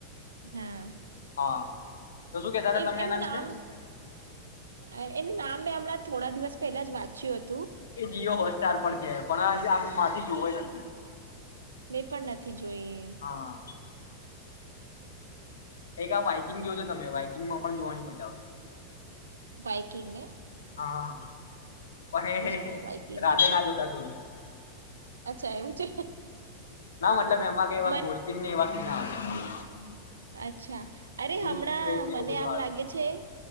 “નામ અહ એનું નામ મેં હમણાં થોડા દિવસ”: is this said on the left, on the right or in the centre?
Right